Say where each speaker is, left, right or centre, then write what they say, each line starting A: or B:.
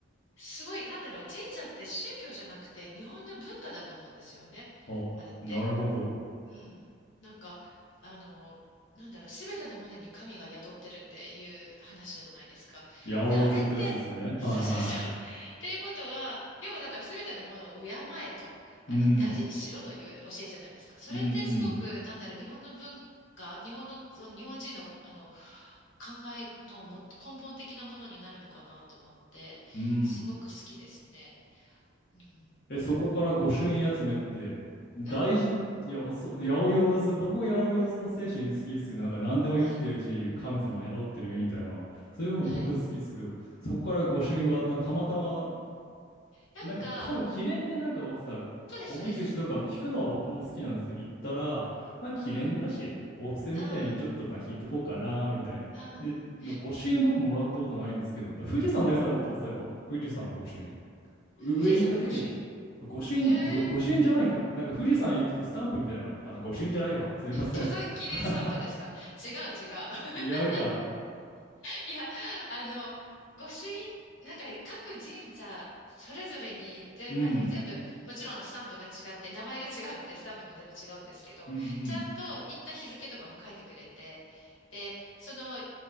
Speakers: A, on the left (about 70°); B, on the left (about 45°).
A: すごい、なんだろう、神社って宗教じゃなくて日本の文化だと思うんですよね。
B: あ、
A: あれって。
B: なるほど。
A: うん。なんか、あの、なんだろう、すべてのものに神が宿ってるっていう話じゃないですか。
B: 八百万ってやつですよね。
A: で、あれって、そうそうそう。
B: はいは
A: っていうことは、要はだからすべてのものを敬えと、あの、
B: い。うん。
A: 大事にしろという教えじゃないですか。それってすごく、
B: うんうん。
A: なんだろう、日本の文化、日本の、その日本人の、あの、考えのも根本的なものになるのかなと思って、
B: うん。
A: すごく好きですね。うん。
B: え、そこから御朱印集めって、大事、
A: うん。
B: いや、そう、八百万、僕も八百万の精神好きですけど、なんか何でも生きてるし、
A: はい。
B: 神様宿ってるみたいな、そういうのも僕好きですけど、
A: はい。
B: そこから御朱印はな、たまたま、
A: なんか、
B: なんか多分記念でなんか僕さ、
A: そうです、
B: おみくじとか引くのは僕も好きなんですよ。
A: そうです。
B: 行ったら、まあ記念だし、
A: あ
B: お布施みたいにちょっとまあ引いとこうかな、
A: ああ、
B: みたいな。
A: ああ、
B: で、の御朱印僕もらったことないですけど、富士山のやつは持ってます、そういえば。富士山の御朱印。上行った時に、
A: 富士山の越し
B: 御朱印、
A: へえ、
B: じょ御朱印じゃないか。なんか富士山行くとスタンプみたいなのある、あ、御朱印じゃないわ。すいません。
A: 登山記念スタンプですか違う違う。
B: <laughs>
A: <laughs>
B: 違うか。
A: いや、あの、御朱印、なんか各神社それぞれにぜ、
B: うん。
A: あの、全部、もちろんスタンプが違って、名前が違うので、スタンプも全部違うんですけど、
B: うんうん。
A: ちゃんと行った日付とかも書いてくれて、で、その、